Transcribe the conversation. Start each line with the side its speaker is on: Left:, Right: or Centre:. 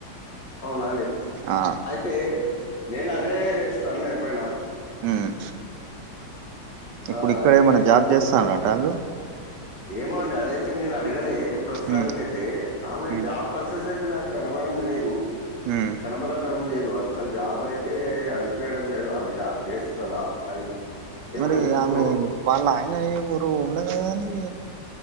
Left: అవునా అండి
Right: ఆ
Left: అయితే నేను అదే స్టన్ అయిపోయిన.
Right: మ్ ఇప్పుడు
Left: ఆ
Right: ఇక్కడ
Left: అయితే
Right: ఏమైన్నా
Left: నేను
Right: జాబ్
Left: అనుకున్నా
Right: చేస్తాన్రట వాళ్ళు?
Left: ఏమో అండి అదైతే నేను అడగలే ప్రస్తుతానికి
Right: ఉమ్
Left: అయితే. ఆమె
Right: ఉమ్
Left: జాబ్ పర్సస్ అయితే నాకు తడవడం లేదు.
Right: మ్
Left: కనబడడం లేదు. అస్సలు జాబ్ అయితే అనిపీయడం లేదు ఆమె జాబ్ చేస్తదా, అని ఏమో
Right: మరి
Left: ఎందుకో
Right: ఆమె వాళ్ళ ఆయన ఎవరో ఉన్నది కదండి